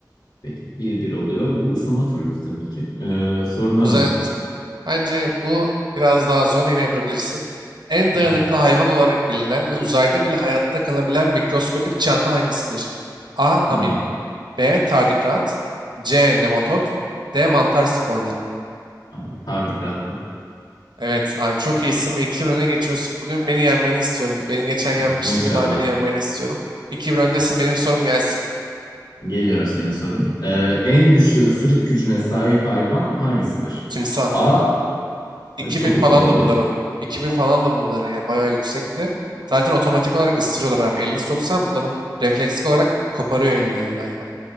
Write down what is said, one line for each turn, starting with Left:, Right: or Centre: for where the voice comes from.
Left: Peki bir bir oluyor. Bu ısınma turuydu tabii ki. Ee, sorunu
Right: Güzel.
Left: alalım.
Right: Bence bu biraz daha zor. Yine yapabilirsin. En
Left: Hmm.
Right: dayanıklı hayvan olarak bilinen ve uzayda bile hayatta kalabilen mikroskobik canlı hangisidir? A.
Left: Hmm.
Right: Amip B. Tardigrat C. Nematod D. Mantar sporları.
Left: Abi, tardigrat bu.
Right: Evet abi çok iyisin ve iki 1 öne geçiyorsun. Bugün beni yenmeni istiyorum. Beni geçen yenmiştin
Left: Abi, inşallah.
Right: bir daha beni yenmeni istiyorum. 2-1 öndesin benim sorum gelsin.
Left: Geliyor senin sorun. Ee, en güçlü ısırık gücüne sahip hayvan hangisidir?
Right: Timsah.
Left: A. Ay,
Right: 2000
Left: Çok hızlı
Right: falan
Left: oldu.
Right: da bunların. 2000 falan da bunların ya bayağı yüksekti. Zaten otomatik olarak ısırıyorlar abi. Elini soksan bunların refleksik olarak koparıyor elini yani hayvan.